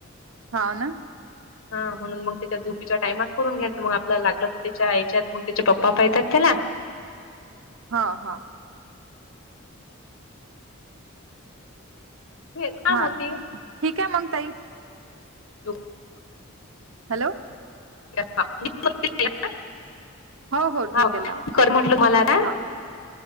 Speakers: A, on the right; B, on the left.
A: हाव ना?
B: हा म्हणून मग त्याच्या झोपीच्या टाइमात करून घ्यायचं मग आपला लागलं तर त्याच्या आयच्यात मग त्याचे पप्पा पायत्यात त्याला.
A: हा हा.
B: हे काम
A: हा
B: होते.
A: ठीक आहे मंग ताई.
B: <inaudible>
A: हॅलो.
B: <unintelligible>
A: हो हो ठीक
B: हा
A: आहे लावा
B: कर म्हटल मला ना.
A: हा